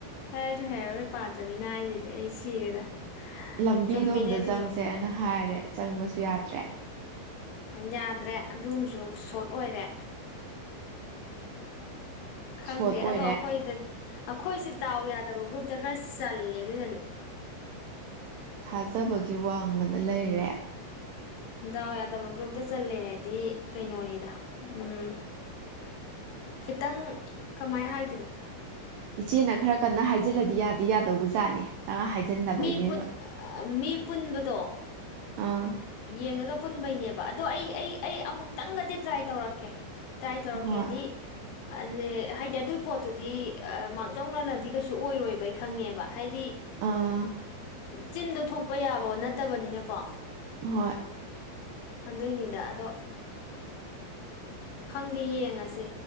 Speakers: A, on the left; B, on the right.
A: ꯑꯩꯁꯨ ꯍꯩꯔꯔꯣꯏ ꯄꯥꯗ꯭ꯔꯃꯤꯅ ꯑꯩꯁꯤꯗꯤ ꯑꯩ ꯁꯤꯔꯦꯗ
B: ꯂꯝꯕꯤꯗꯣ
A: ꯆꯨꯝꯃꯤꯅꯦ
B: ꯑꯝꯇ
A: ꯑꯗꯨꯁꯨ
B: ꯆꯪꯁꯦꯅ ꯍꯥꯏꯔꯦ ꯆꯪꯕꯁꯨ ꯌꯥꯗ꯭ꯔꯦ
A: ꯌꯥꯗ꯭ꯔꯦ ꯑꯗꯨꯝꯁꯨ ꯁꯣꯔꯠ ꯑꯣꯏꯔꯦ ꯈꯪꯗꯦ
B: ꯁꯣꯠ ꯑꯣꯏꯔꯦ
A: ꯑꯗꯣ ꯑꯩꯈꯣꯏꯗ ꯑꯩꯈꯣꯏꯁꯦ ꯗꯥꯎ ꯌꯥꯗꯕ ꯒ꯭ꯔꯨꯞꯇ ꯈꯔ ꯆꯜꯂꯦ ꯑꯗꯨꯗꯅꯅꯦ
B: ꯊꯥꯖꯕꯒꯤ ꯋꯥꯡꯃꯗ ꯂꯩꯔꯦ
A: ꯗꯥꯎ ꯌꯥꯗꯕ ꯒ꯭ꯔꯨꯞꯇ ꯆꯜꯂꯦ ꯍꯥꯏꯗꯤ ꯀꯩꯅꯣꯅꯤꯗ ꯎꯝ
B: <inaudible>
A: ꯈꯤꯇꯪ ꯀꯃꯥꯏ ꯍꯥꯏꯗꯣꯏꯅꯣ
B: ꯏꯆꯦꯅ ꯈꯔ ꯀꯟꯅ ꯍꯥꯏꯖꯤꯜꯂꯗꯤ ꯌꯥꯗꯤ ꯌꯥꯗꯧꯕ ꯖꯥꯠꯅꯦ ꯅ ꯍꯥꯏꯖꯤꯟꯗꯕꯩꯅꯦꯕ
A: ꯃꯤ ꯄꯨꯟ ꯃꯤ ꯄꯨꯟꯕꯗꯣ
B: ꯑꯥ
A: ꯌꯦꯡꯉꯒ ꯄꯨꯟꯕꯩꯅꯦꯕ ꯑꯗꯣ ꯑꯩ ꯑꯩ ꯑꯩ ꯑꯃꯨꯛꯇꯪꯒꯗꯤ ꯇ꯭ꯔꯥꯏ ꯇꯧꯔꯛꯀꯦ ꯇ꯭ꯔꯥꯢ ꯇꯧꯔꯛꯀꯦꯗꯤ
B: ꯍꯣꯏ
A: ꯑ ꯍꯥꯏꯗꯤ ꯑꯗꯨꯒꯤ ꯄꯣꯠꯇꯨꯗꯤ ꯃꯥꯡꯖꯧꯅꯅꯗꯤ ꯀꯩꯁꯨ ꯑꯣꯏꯔꯣꯏꯕ ꯑꯩ ꯈꯪꯉꯦꯕ ꯍꯥꯏꯗꯤ
B: ꯑꯥ
A: ꯆꯤꯟꯗꯣ ꯊꯣꯛꯄ ꯌꯥꯕ ꯅꯠꯇꯕꯅꯤꯅꯀꯣ
B: ꯍꯣꯏ
A: ꯀꯗꯣꯏꯅꯤꯗ ꯑꯗꯣ ꯈꯪꯗꯦ ꯌꯦꯡꯉꯁꯦ